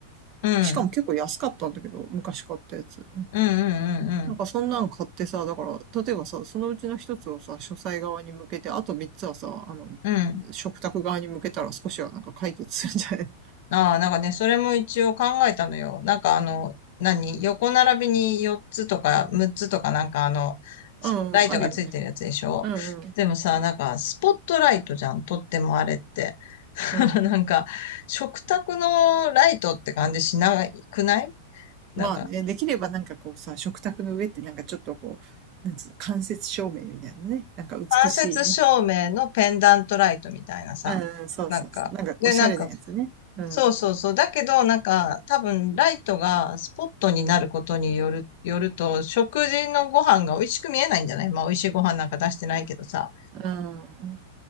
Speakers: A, on the right; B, on the left.
A: う。
B: うん。
A: しかも結構安かったんだけど、昔買ったやつ。
B: うんうんうん
A: なんかそんなん買ってさ、だから、例えばさ、そのうちの一つをさ、書斎側に向けて、あと3つはさ、あの、
B: うん。うん。
A: 食卓側に向けたら少しはなんか解決するんじゃない
B: ああ、なんかね、それも一応考えたのよ。なんかあの、何横並びに4つとか6つとかなんかあの、
A: <laughs> うん、
B: ライトがついてるやつでしょでもさ、
A: うん、あるよね。うんうん。
B: なんか、スポットライトじゃん。とってもあれって。<laughs>
A: うん。
B: なんか、食卓のライトって感じしなくないなんか、
A: まあね、できればなんかこうさ、食卓の上ってなんかちょっとこう、なんつうの、間接照明みたいなね。なんか美しいね。
B: 間接照明のペンダントライトみたいなさ、
A: うん、そうそうそう。
B: なんか、
A: なんかおしゃれなやつね。
B: で、なんか、
A: うん。
B: そうそうそう。だけど、なんか、多分、ライトがスポットになることによる、よると、食事のご飯が美味しく見えないんじゃないまあ、美味しいご飯なんか出してないけどさ。
A: うん。